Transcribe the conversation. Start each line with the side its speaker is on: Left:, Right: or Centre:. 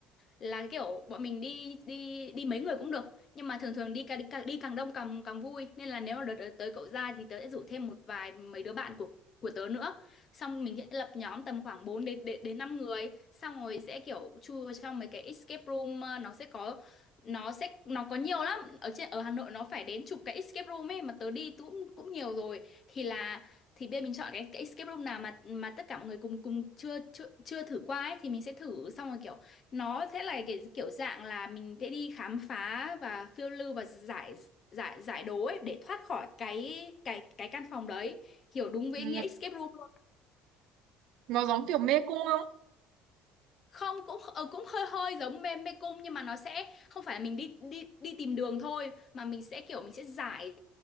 Left: là kiểu bọn mình đi đi đi mấy người cũng được nhưng mà thường thường đi càng đi càng, đi càng đông càng càng vui nên là nếu mà đợt tới, tới cậu ra thì tớ sẽ rủ thêm một vài mấy đứa bạn của của tớ nữa xong mình sẽ lập nhóm tầm khoảng 4 đến đến, đến 5 người xong rồi sẽ kiểu chui trong mấy cái escape room ờ, nó sẽ có nó sẽ nó có nhiều lắm ở trên ở Hà Nội nó phải đến chục cái escape room ấy mà tớ đi cũng cũng nhiều rồi thì là thì bây giờ mình chọn cái, cái escape room nào mà mà tất cả mọi người cùng cùng chưa chưa chưa thử qua ấy thì mình sẽ thử xong rồi kiểu nó sẽ là cái kiểu dạng là mình sẽ đi khám phá và phiêu lưu và giải giải giải đố ấy để thoát khỏi cái cái cái căn phòng đấy hiểu đúng với
Right: Ừ.
Left: nghĩa escape room luôn
Right: Nó giống kiểu mê cung không?
Left: không cũng ờ, cũng hơi hơi giống mê mê cung nhưng mà nó sẽ không phải là mình đi đi đi tìm đường thôi mà mình sẽ kiểu mình sẽ giải